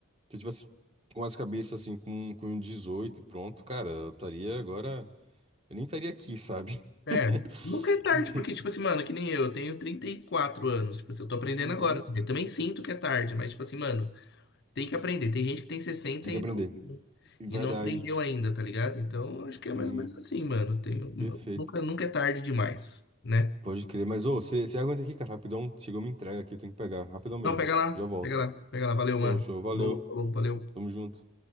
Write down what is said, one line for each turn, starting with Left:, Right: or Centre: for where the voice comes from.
Right: Se eu tivesse com as cabeças assim, com, com 18 e pronto, cara, eu estaria agora. Eu nem estaria aqui, sabe?
Left: É,
Right: <laughs>
Left: nunca é tarde,
Right: E-
Left: porque, tipo assim, mano, que nem eu, eu tenho 34 anos, tipo assim, eu tô aprendendo
Right: Uhum.
Left: agora. Eu também sinto que é tarde, mas, tipo assim, mano, tem que aprender. Tem gente que tem 60
Right: Tem
Left: e
Right: que aprender.
Left: não,
Right: Verdade.
Left: e não aprendeu ainda, tá ligado? Então, eu acho que é mais
Right: Sim,
Left: ou menos assim, mano. Tem,
Right: perfeito.
Left: nunca, nunca é tarde demais, né?
Right: Pode crer. Mas, ô, você aguenta aqui, cara, rapidão. Chegou uma entrega aqui, eu tenho que pegar. Rapidão mesmo.
Left: Não, pega lá,
Right: Já volto.
Left: pega lá, pega lá. Valeu, mano.
Right: Show, show. Valeu.
Left: Falou, falou, valeu.
Right: Tamo junto.